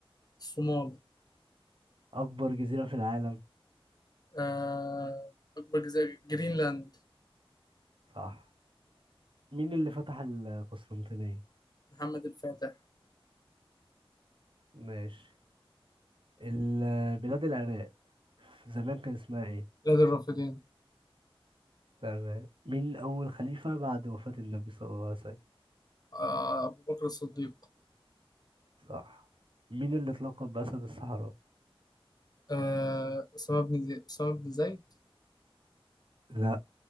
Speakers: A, on the left; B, on the right.
A: الصومال
B: اكبر جزيرة في العالم
A: آه أكبر جزيرة جرينلاند
B: صح مين اللي فتح القسطنطينية
A: محمد الفاتح
B: ماشي ال- بلاد العراق زمان كان اسمها ايه
A: بلاد الرافدين
B: تمام مين اول خليفة بعد وفاة النبي صلى الله عليه وسلم
A: آه، أبو بكر الصديق
B: صح مين اللي اتلقب بأسد الصحراء
A: آه، أسامة بن زي... أسامة بن زيد
B: لا